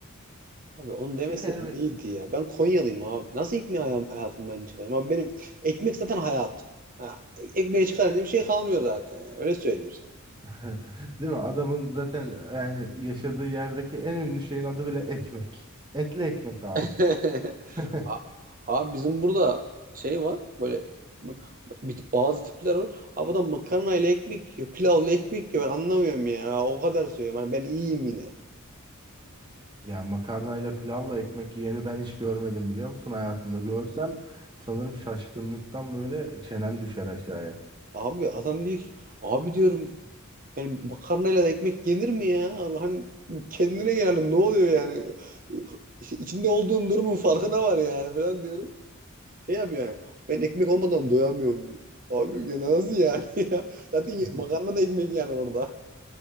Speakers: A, on the right; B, on the right.
A: Abi onu
B: Şeker
A: demeseydin
B: ve...
A: iyiydi ya. Ben Konyalıyım abi. Nasıl ekmeği hayatım, hayatımdan ben çıkarayım? Abi benim ekmek zaten hayatım. Ha, ekmeği çıkarın diye bir şey kalmıyor zaten. yani. Öyle söyleyeyim sana.
B: <laughs> Değil mi? Adamın zaten yani yaşadığı yerdeki en ünlü şeyin adı bile ekmek. Etli ekmek abi.
A: <laughs>
B: <laughs>
A: A- Abi bizim burada şey var. Böyle m- bir- bazı tipler var. Abi adam makarnayla ekmek yiyor. Pilavla ekmek yiyor. Ben anlamıyorum ya. O kadar söylüyorum. Hani ben iyiyim yine.
B: Ya makarnayla pilavla ekmek yiyeni ben hiç görmedim biliyor musun hayatımda. Görsem sanırım şaşkınlıktan böyle çenem düşer aşağıya.
A: Abi adam diyor ki abi diyorum Yani makarnayla da ekmek yenir mi ya? Abi hani kendine gel hani ne oluyor yani? İşte İçinde olduğun durumun farkına var yani falan diyorum. Şey yapıyor yani. Ben ekmek olmadan doyamıyorum diyor. Abi ya nasıl yani <laughs> ya? Zaten ye-
B: <laughs>
A: makarna da ekmek yani orada.